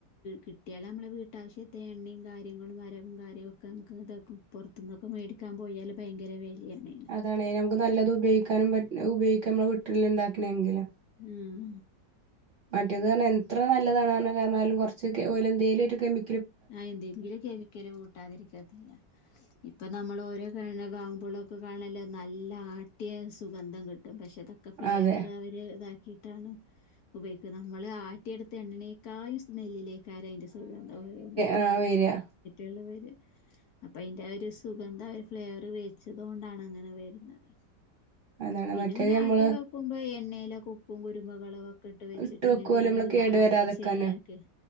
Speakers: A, on the left; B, on the right.
A: കിട്ടിയാല് നമ്മടെ വീട്ടാവശ്യ എണ്ണയും കാര്യങ്ങളും വരവും കാര്യവും ഒക്കെ നമുക്ക് പൊറത്തൂന്ന് ഒക്കെ മേടിക്കാൻ പോയാല് ഭയങ്കര വെ ലയാണ് ണെനും
B: അതാണെ നമുക്ക് നല്ലത് ഉപയോഗിക്കാനും പറ്റ് ഉപയോഗിക്കാൻ നമ്മടെ വീട്ടിൽ ഉണ്ടാക്കണെ ആണെങ്കില്
A: ഉം
B: മറ്റേത് പറഞ്ഞാ എത്ര നല്ലതാണെന്നൊക്കെ പറഞ്ഞാലും കൊറച്ച് ഓയിൽ എന്തേലുമൊരു ഒരു കെമി
A: ആ എന്തെങ്കിലും കെമിക്കല് കൂട്ടാതെ ഇരിക്കത്തില്ല ഇപ്പം നമ്മള് ഓരോ <unintelligible> <unintelligible> നല്ല ആട്ടിയ സുഗന്ധം കി ട്ടും പക്ഷെ അതൊക്കെ ഫ്ലേവറ്
B: അതെ
A: അവര് ഇതാ ഇതാണ് ഉപയോഗിക്യ നമ്മള് ആട്ടി എട്ത്ത എണ്ണനേക്കായ് സ്മെല്ലില്ലേ കാരാ അയ്‌ന്റെ സുഗന്ധം ഓരോ
B: ആ വര്ആ
A: ഫ്ളേവര് അപ്പെഅയ്ൻ്റെആരു സുഗന്ധാഫ്ളേവ്റ് വെച്ചതോണ്ടാണങ്ങനെ വരുന്നത്
B: അതാണ്
A: പിന്നെങ്ങനെ
B: മറ്റേത് നമ്മള്
A: ആട്ടിനോക്കുമ്പയെണ്ണേ- അയ്ലെ ഉപ്പും, കുരുമുളകും അടുപ്പി വെച്ചിട്ട്
B: ഇട്ട് വെക്കോലോ
A: അങ്ങ്കേട്കീട്
B: നമ്മള്
A: <unintelligible>
B: കേടു
A: ആ
B: വരാതെക്കാന്
A: അങ്ങനെ ചെയുക